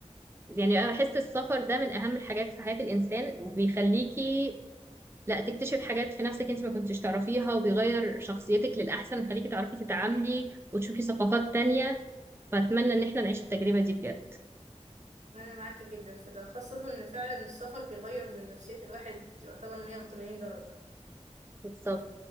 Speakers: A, on the right; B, on the right.
A: يعني انا بحس السفر ده من اهم الحاجات في حياه الانسان وبيخليكي لا تكتشف حاجات في نفسك انت ما كنتش تعرفيها وبيغير شخصيتك للاحسن ويخليكي تعرفي تتعاملي وتشوفي ثقافات تانية فاتمنى ان احنا نعيش التجربه دي بجد
B: انا معاكي جدا في ده خاصة ان فعلا السفر بيغير من نفسية الواحد يعتبر 180 درجة
A: بالظبط.